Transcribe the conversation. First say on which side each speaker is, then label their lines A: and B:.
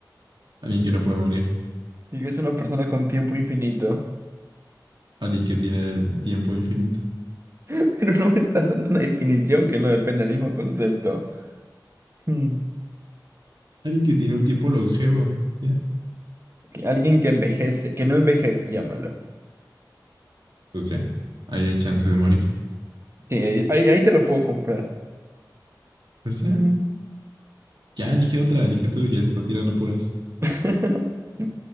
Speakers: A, on the right; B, on the right.
A: alguien que no puede morir.
B: ¿Y qué es una persona con tiempo infinito?
A: Alguien que tiene tiempo infinito.
B: <laughs> Pero no me estás dando una definición que no depende del mismo concepto. Hmm.
A: Alguien que tiene un tiempo longevo. ¿ya?
B: Alguien que envejece, que no envejece, llámalo.
A: O sea, ahí hay chance de morir.
B: Sí, ahí, ahí- ahí te lo puedo comprar.
A: Pues
B: Mm.
A: ya, ya elige otra, elige tú, ya está tirando puras.
B: <laughs>